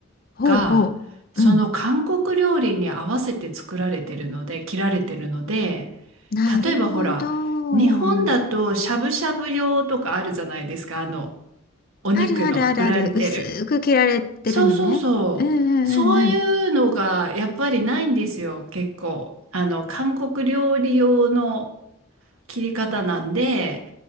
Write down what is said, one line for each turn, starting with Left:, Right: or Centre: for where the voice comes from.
Left: ほうほう。
Right: が、その韓国料理に合わせて作られてるので、
Left: うん。
Right: 切られてるので、
Left: なるほど。
Right: 例えばほら、日本だとしゃぶしゃぶ用とかあるじゃないですか、あの、お肉の売られてる。
Left: あるあるあるある。薄く切られてるのね。
Right: そうそうそう。
Left: うんうんうん
Right: そういうのがやっぱりないんですよ、結構。あの、韓国料理用の切り方なんで、